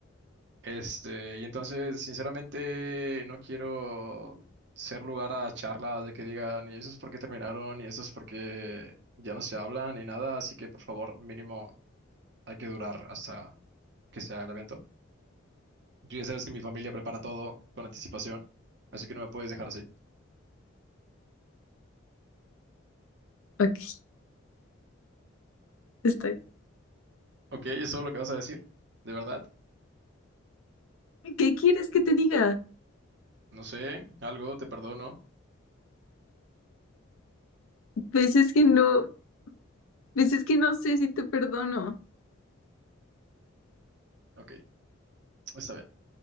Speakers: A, on the right; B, on the left.
A: Este, y entonces, sinceramente, no quiero ser lugar a charlas de que digan, y eso es porque terminaron, y eso es porque ya no se hablan, ni nada, así que por favor, mínimo, hay que durar hasta que sea el evento. Tú ya sabes que mi familia prepara todo con anticipación, así que no me puedes dejar así.
B: Ok, estoy.
A: Ok, ¿eso es lo que vas a decir? ¿De verdad?
B: ¿Qué quieres que te diga?
A: No sé, algo, te perdono.
B: Pues es que no, pues es que no sé si te perdono.
A: Ok, está bien.